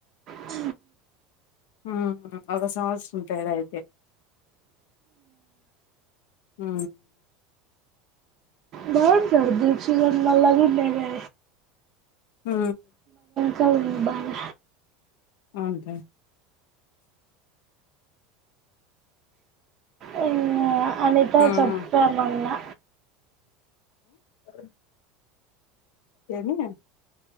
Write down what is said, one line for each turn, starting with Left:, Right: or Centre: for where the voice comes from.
Right: హ
Left: ఉ ఒక సంవత్సరం ఉంటాద అయితే ఆ
Right: బ చడద సి రన మల్లా విన్నేగా
Left: హ
Right: కావ బాల
Left: అవుదా
Right: అ అనిత
Left: ఉమ్
Right: చెప్పనున్నా
Left: అ ఏర